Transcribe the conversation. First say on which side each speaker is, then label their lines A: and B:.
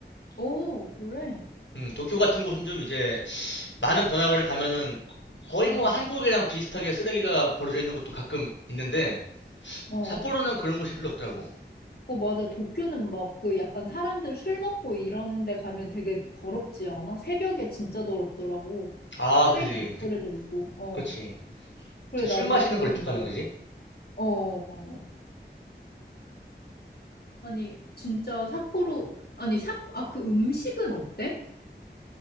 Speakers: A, on the left; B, on the left.
A: 오, 그래?
B: 음, 도쿄 같은 곳은 좀 이제 많은 번화가를 가면은 거의
A: 어,
B: 뭐 한국이랑 비슷하게 쓰레기가 버려져 있는 곳도 가끔 있는데
A: 어.
B: 삿포로는 그런 곳이 별로 없더라고.
A: 어, 맞아. 도쿄는 막 그 약간 사람들 술 먹고 이런 데 가면 되게 더럽지 않아? 새벽에 진짜 더럽더라고.
B: 아,
A: 쓰레기
B: 그지.
A: 막
B: 특-
A: 버려져 있고. 어.
B: 그렇지.
A: 그래,
B: 특히
A: 나도
B: 술 마시는
A: 그거 좀
B: 거 이쪽 가면
A: 놀랐어.
B: 그지?
A: 어. 어. 아니, 진짜 삿포로, 아니, 삿, 아, 그 음식은 어때?